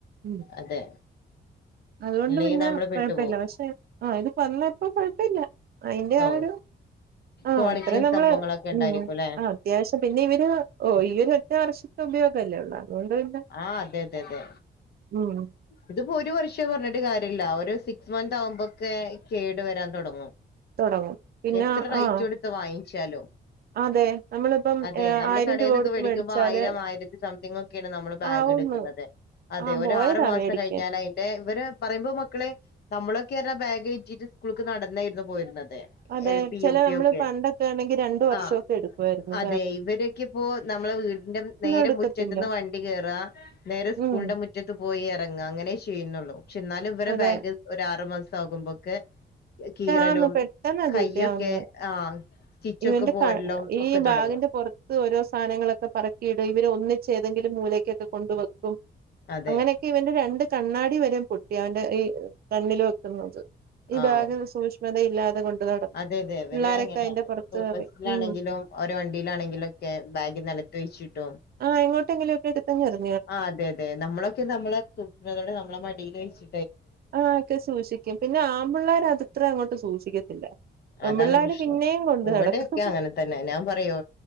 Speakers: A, on the right; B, on the left.
A: ഉം
B: അതെ
A: അതുകൊണ്ട്
B: ഇല്ലെങ്കിൽ
A: പിന്നെ
B: നമ്മള് പെട്ടുപോവും
A: കൊഴപ്പില്ല പക്ഷെ ആഹ് ഇത് വന്നപ്പോ കുഴപ്പമില്ല അതിന്റെ
B: ഓ
A: ആഹ് ഒരു ആഹ്
B: ക്വാളിറ്റിയും
A: അത്രയും നമ്മള്
B: സംഭവങ്ങളൊക്കെ ഉണ്ടായിരിക്കും
A: ഉം
B: ല്ലെ
A: ആഹ് അത്യാവശ്യം പിന്നെ ഇവര് ഓ ഈ ഒരു ഒറ്റ വർഷത്തെ ഉപയോഗം അല്ലേ ഉള്ളൂ അതുകൊണ്ട് പിന്നെ
B: ആഹ് അതെ അതെ അതെ
A: ഉം
B: ഇതിപ്പോ ഒരു വർഷം പറഞ്ഞിട്ട് കാര്യമില്ല ഒരു സിക്സ് മന്ത് ആവുമ്പോൊക്കെ കേടു വരാൻ തുടങ്ങും
A: തൊടങ്ങും പിന്നെ
B: എത്ര റൈറ്റ്
A: ആഹ്
B: എടുത്ത് വാങ്ങിച്ചാലും
A: അതെ നമ്മളിപ്പം
B: അതെ
A: ഏ,
B: നമ്മൾ
A: ആയിരം
B: കടയിൽന്നൊക്കെ
A: രൂപ കൊടുത്ത്
B: വേടിക്കുമ്പോ
A: മേടിച്ചാല്
B: ആയിരം ആയിരത്തി സംതിങ് ഒക്കെ യാണ് ബാഗ്
A: ആവുന്ന്
B: എടുക്കുന്നത് അതെ
A: ആഹ്
B: ഒ
A: പോയതാ
B: ആറു മാസം
A: മേടിക്കാൻ
B: കഴിഞ്ഞാൽ അതിന്റെ ഇവര് പറയുമ്പോ മക്കളെ നമ്മളൊക്കെ അറഞ്ഞാ ബാഗ് എഴറ്റിട്ട് സ്കൂളിലക്ക് നടന്നായിരുന്നു പോയിരുന്നത്
A: അതെ
B: എൽ പി
A: ചില
B: യു പി
A: നമ്മള്
B: ഒക്കെ
A: പണ്ടൊക്കെ ആണെങ്കിൽ രണ്ടു വർഷൊക്കെ
B: ആഹ്
A: എടുക്കുയിരുന്നു.
B: അതെ ഇവരൊക്കെ ഇപ്പോ നമ്മളെ വീടിന്റെ നേരെ
A: എടുക്കത്തില്ല
B: മുറ്റത്ത്ന്ന് വണ്ടി കേയറാ നേരെ സ്കൂളിന്റെ
A: ഉം
B: മു മുറ്റത്ത് പോയി ഇറങ്ങുക അങ്ങനെ ചെയ്യുന്നുള്ളൂ പക്ഷെ എന്നാലും ഇവടെ
A: അതെ
B: ബാഗ് ഒ ആറു മാസം ആകുമ്പോക്കെ കീറലും
A: ആന്ന് പെട്ടെന്നാ
B: കൈ്യൊക്കെ
A: ചീത്തയാവുന്നെ
B: ആഹ് സ്റ്റിച്ചൊക്കെ
A: ഇവന്റെ
B: പോരലും
A: ക ഈ
B: ഒക്കെ
A: ബാഗിന്റെ
B: തൊടങ്ങും
A: പുറത്ത് ഓരോ സാധനങ്ങളൊക്കെ പറക്കിയിടും ഇവര് ഒന്നിച്ച് ഏതെങ്കിലും മൂലക്കൊക്കെ കൊണ്ട് വെക്കും
B: അതെ
A: അങ്ങനെ ഇവന്റെ രണ്ട് കണ്ണാടി വരെയും പൊട്ടി അവന്റെ ഈ കണ്ണിൽ വെക്കുന്നത് ഈ
B: ആവോ
A: ഭാഗ് സൂക്ഷ്മ മഥ ഇല്ലാത കൊണ്ട് നടന്നു
B: അതെ അതെ അവര്
A: പിള്ളോരൊക്കെ
B: അങ്ങനെയാണ്പ്പോ
A: അതിന്റെ പുറത്ത് പറയും
B: ബസ്റ്റിലാണെങ്കിലും
A: ഉം
B: ഓരോ വണ്ടിയിലാണെങ്കിലുംക്കെ ബാഗ് നിലത്ത് വഴിച്ചിട്ടും
A: ആഹ് എോട്ടെ എലൊക്കെ എടുത്തന്നഞ്ഞായിരുന്
B: ആഹ് അതെ അതെ നമ്മളൊക്കെ നമ്മെ ത തുട്ടുന്ന തോടെ നമ്മളെ മടിൽ വെച്ചി്
A: ആഹ് ഒക്കെ സൂക്ഷിക്കും പിന്നെ ആമ്പിള്ളേർ അത്ത്ര അങ്ങോട്ട് സൂക്ഷിക്ക ത്തില്ല
B: അതാണ്
A: പിള്ളേര്
B: പ്രശ്നം
A: പിന്നെയും കൊണ്ട്
B: ഇവിടെയൊക്കെ
A: നടക്കും
B: അങ്ങനെ തന്നെ ഞാൻ പറയോ